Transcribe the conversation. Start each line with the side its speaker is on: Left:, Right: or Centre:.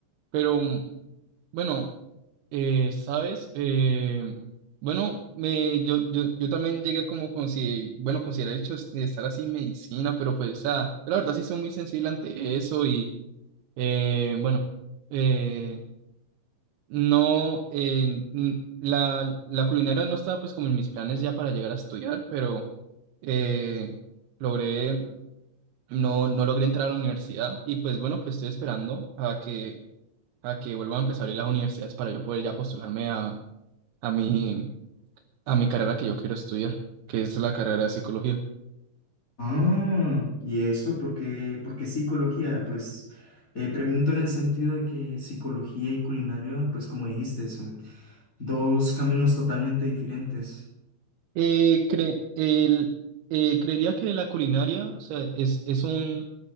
Right: pero Bueno, eh, ¿sabes? Eh, bueno, me, yo, yo, yo también llegué a como consi bueno, considerar el hecho de estar así en medicina, pero pues, o sea, yo la verdad sí soy muy sensible ante eso y, eh, bueno, eh, no, eh, n- la, la culinaria no estaba pues como en mis planes ya para llegar a estudiar, pero eh, logré, no, no logré entrar a la universidad y pues bueno, pues estoy esperando a que a que vuelvan a empezar a abrir las universidades para yo poder ya postularme a, a mi, a mi carrera que yo quiero estudiar, que es la carrera de psicología.
Left: Ah, ¿y eso? ¿Por qué, por qué psicología? Pues eh, pregunto en el sentido de que psicología y culinaria, pues como dijiste, son dos caminos totalmente diferentes,
Right: Eh, cre- el- eh, creería que la culinaria, o sea, es, es un,